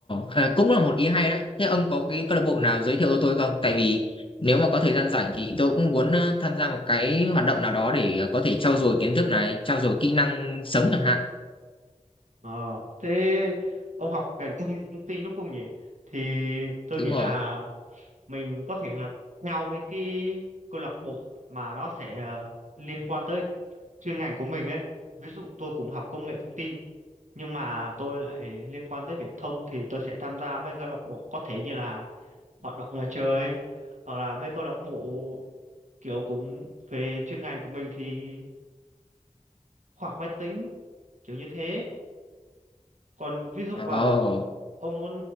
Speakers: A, on the left; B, on the right.
A: ờ, cũng là một ý hay đấy thế ông có cái câu lạc bộ nào giới thiệu cho tôi không tại vì nếu mà có thời gian rảnh thì tôi cũng muốn ờ, tham gia một cái hoạt động nào đó để ờ, có thể trau dồi kiến thức này trau dồi kỹ năng sống chẳng hạn
B: Ờ, thế ông học ngành công nghệ thông tin đúng không nhỉ? Thì tôi
A: đúng
B: nghĩ
A: rồi
B: là mình có thể là theo mấy cái câu lạc bộ mà nó sẽ ờ, liên quan tới chuyên ngành của mình ấy. Ví dụ tôi cũng học công nghệ thông tin nhưng mà tôi lại liên quan tới viễn thông thì tôi sẽ tham gia mấy câu lạc bộ có thể như là hoạt động ngoài trời ấy, hoặc là mấy câu lạc bộ kiểu cũng về chuyên ngành của mình thì khoa học máy tính kiểu như thế còn ví dụ
A: Ồ
B: mà ông muốn